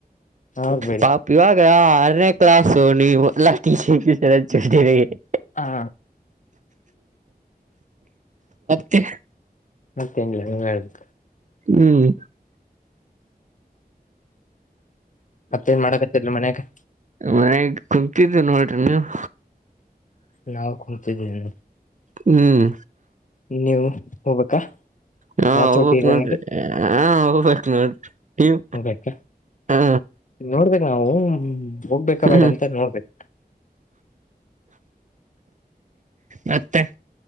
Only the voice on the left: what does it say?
ಹೌದು.
ಹಾ.
ಮತ್ತೇನ್ಲಾ ನೀನ ಹೇಳ್ಬೇಕ.
ಮತ್ತೇನ್ ಮಾಡಕತರ್ಲೆ ಮನೆಗಾ.
ನಾವ್ ಕುಂತಿದಿನಿ.
ನೀವು ಹೋಗ್ಬೇಕಾ.
ರಾಚೋಟಿ
ಇರನಿಗೆ
ಹೋಗ್ಬೇಕಾ
ನೋಡ್ಬೇಕ್ ನಾವು ಹೋಗ್ಬೇಕ ಬೇಡ
ಅಂತ ನೋಡ್ಬೇಕ್.